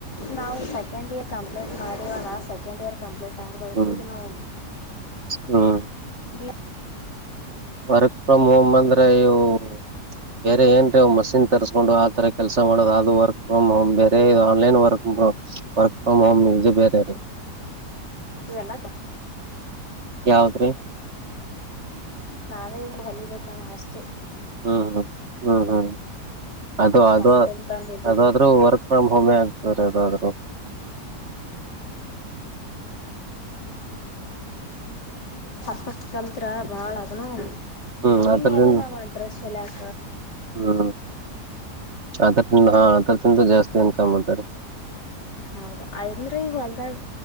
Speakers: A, on the left; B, on the right.
A: ನಾವು ಸೆಕೆಂಡ್ ಇಯರ್ ಕಂಪ್ಲೀಟ್ ಮಾಡವಣ ಸೆಕೆಂಡ್ ಇಯರ್ ಕಂಪ್ಲೀಟ್ ಆದ ಬಳಕ
B: ಹ್ಮ್
A: ಈಗ ನಾವು
B: ಹ್ಮ್
A: ಬ
B: ವರ್ಕ್ ಫ್ರಮ್ ಹೋಮ್ ಅಂದ್ರ ಇವು ಬೇರೆ ಏನ್ ರೀ ಮಷಿನ್ ತರಿಸಕೊಂಡು ಆತರ ಕೆಲ್ಸ ಮಾಡೋದು ಅದು ವರ್ಕ್ ಫ್ರಮ್ ಹೋಮ್ ಬೇರೆ ಇ online work work from home ಇದು ಬೇರೆ ರೀ
A: ಇವೆಲ್ಲಸ
B: ಯಾವದ್ರಿ
A: ನಾವೇ ಹೊಲಬೇಕಣ ಅಷ್ಟೆ
B: ಹ್ಮ್ ಹ್ಮ್ ಹ್ಮ್ ಹ್ಮ್ ಅದು ಅದು
A: ಸ್ವಂತ ತಂದಿಟ್ಟು
B: ಅದಾದ್ರೂ ವರ್ಕ್ ಫ್ರಾಮ್ ಹೋಮ್ಮೆ ಆಗ್ತಾರೆ ಅದಾದ್ರು
A: ಪರ್ಫೆಕ್ಟ್ ಕಲ್ತ್ರ ಬಾಳ ಅದನು
B: ಹ್ಮ್
A: ತುಡ್ತೀನಿ
B: ಅದ್ರದಿಂದ
A: ಅದನ್ನ ಮಾಡಂಟ್ರಷ್ಟ ಚೆಲಾಕ
B: ಹ್ಮ್ ಅದ ಹಾ ಅದ ತಿಂತ ಜಾಸ್ತಿ ಮಷ್ಟ ಏನ್ ಕಾಮ್ ಮಾಡಂತಾರೆ
A: ಹೌದು ಅಯಂದ್ರೀ ಈ ಹೊಲ್ದಾಗ್